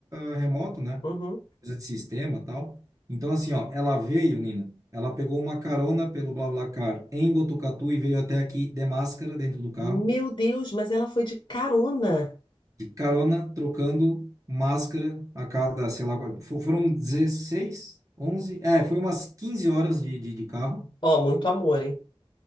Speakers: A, on the right; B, on the left.
A: ah, remoto, né?
B: Uhum.
A: Coisa de sistema e tal. Então, assim, ó, ela veio, Nina, ela pegou uma carona pelo BlaBlaCar em Botucatu e veio até aqui de máscara dentro do carro,
B: Meu Deus, mas ela foi de carona.
A: de carona, trocando máscara a cada, sei lá, qual- fo- foram dezesseis onze é, foi umas 15 horas de, de, de carro, né?
B: Ó, muito amor, hein?